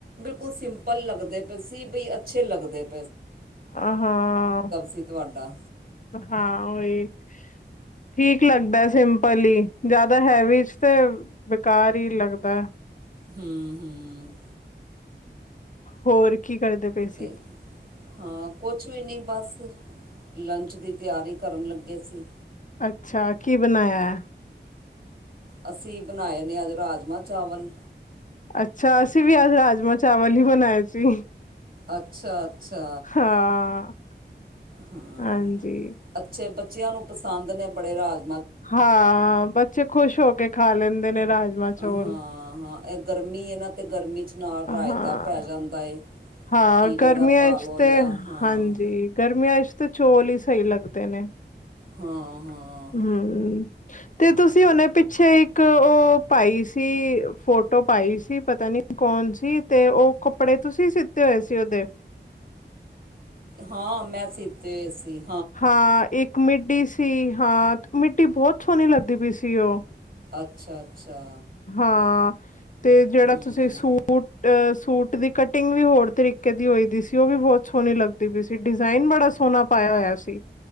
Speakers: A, on the right; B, on the left.
A: ਕੁਲ ਸਿੰਪਲ ਲੱਗਦੇ ਪਏ ਸੀਂ ਵੀਈ ਅੱਛੇ ਲੱਗਦੇ ਪ
B: ਆਹ ਹਾਂ
A: ਸੀ ਤੁਹਾਡਾ
B: ਹਾਂ, ਔਹੀ। ਠੀਕ ਲੱਗਦਾ ਸਿੰਪਲ ਹੀ ਜ਼ਿਆਦਾ ਹੈਵੀ ਚ ਤੇ ਬੇਕਾਰ ਹੀ ਲੱਗਦਾ।
A: ਹੂੰ, ਹੂੰ।
B: ਹੋਰ ਕੀ ਕਰਦੇ ਪਏ
A: ਤੇ
B: ਸੀ
A: ਹਾਂ ਕੁਛ ਵੀ ਨੀ ਬਸ ਲੰਚ ਦੀ ਤਿਆਰੀ ਕਰਨ ਲੱਗੇ ਸੀ।
B: ਅੱਛਾ ਕੀ ਬਣਾਇਆ ਹੈ?
A: ਅਸੀਂ ਬਣਾਏ ਨੇ ਅੱਜ ਰਾਜਮਾਂ ਚਾਵਲ
B: ਅੱਛਾ ਅਸੀਂ ਵੀ ਅੱਜ ਰਾਜਮਾਂ ਚਾਵਲ ਹੀ ਬਣਾਏ ਸੀ।
A: ਅੱਛਾ -ਅੱਛਾ,
B: ਹਾਂ
A: ਹੂੰ
B: ਹਾਂਜੀ
A: ਅੱਛੇ ਬੱਚਿਆਂ ਨੂੰ ਪਸੰਦ ਨੇ। ਬੜੇ ਰਾਜ
B: ਹਾਂ ਬੱਚੇ ਖੁਸ਼ ਹੋ ਕੇ ਖਾ ਲੈਂਦੇ ਨੇ। ਰਾਜਮਾਂ ਚੋਲ
A: ਹਾਂ ਹਾਂ ਇਹ ਗਰਮੀ ਇਹ ਨਾ ਤੇ ਗਰਮੀ 'ਚ ਨਾਲ ਰਾਇਤਾ
B: ਹਾਂ,
A: ਪੈ ਜਾਂਦਾ ਏ।
B: ਹਾਂ,
A: ਖੀਰੇ
B: ਗਰਮੀਆਂ
A: ਦਾ ਪਾ
B: ਚ
A: ਲਓ
B: ਤੇ
A: ਜਾਂ ਹਾਂ
B: ਹਾਂਜੀ ਗਰਮੀਆਂ ਚ ਤੇ ਚੌਲ ਹੀ ਸਹੀ ਲੱਗਦੇ ਨੇ।
A: ਹਾਂ, ਹਾਂ।
B: ਹੂੰ, ਤੇ ਤੁਸੀਂ ਉਹਨੇ ਪਿੱਛੇ ਇੱਕ ਉਹ ਪਾਈ ਸੀ ਫੋਟੋ ਪਾਈ ਸੀ, ਪਤਾ ਨੀ ਕੌਣ ਸੀ ਤੇ ਉਹ ਕੱਪੜੇ ਤੁਸੀਂ ਸਿੱਤੇ ਹੋਏ ਸੀ ਉਹਦੇ।
A: ਹਾਂ ਮੈਂ ਸੀਤੇ ਸੀ।
B: ਹਾਂ ਇੱਕ ਮਿੱਡੀ ਸੀ ਹਾਂ। ਮਿੱਡੀ ਬਹੁਤ ਸੋਹਣੀ ਲੱਗਦੀ ਪਈ ਸੀ ਉਹ।
A: ਅੱਛਾ, ਅੱਛਾ
B: ਹਾਂ, ਤੇ ਜਿਹੜਾ
A: ਹੂੰ
B: ਤੁਸੀਂ ਸੂਟ ਸੂਟ ਦੀ ਕਟਿੰਗ ਵੀ ਹੋਰ ਤਰੀਕੇ ਦੀ ਹੋਈ ਦੀ ਸੀ ਉਹ ਵੀ ਬਹੁਤ ਸੋਹਣੀ ਲੱਗਦੀ ਪਈ ਸੀ ਡਿਜ਼ਾਇਨ ਬੜਾ ਸੋਹਣਾ ਪਾਇਆ ਹੋਇਆ ਸੀ।